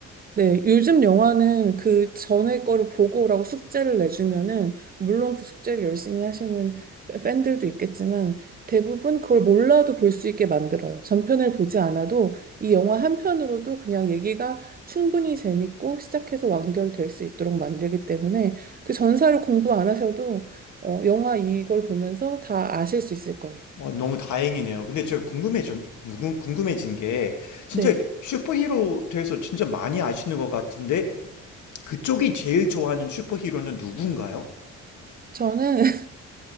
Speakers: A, on the right; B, on the left.
A: 네, 요즘 영화는 그 전에 거를 보고 오라고 숙제를 내주면은, 물론 그 숙제를 열심히 하시는 팬들도 있겠지만, 대부분 그걸 몰라도 볼 수 있게 만들어요. 전편을 보지 않아도 이 영화 한 편으로도 그냥 얘기가 충분히 재밌고 시작해서 완결될 수 있도록 만들기 때문에 그 전사를 공부 안 하셔도, 어, 영화 이걸 보면서 다 아실 수 있을 거예요.
B: 어, 너무 다행이네요. 근데 제가 궁금해져, 궁금- 궁금해진 게, 진짜
A: 네.
B: 슈퍼히로 돼서 진짜 많이 아시는 것 같은데, 그쪽이 제일 좋아하는 슈퍼히로는 누군가요?
A: 저는 <laughs>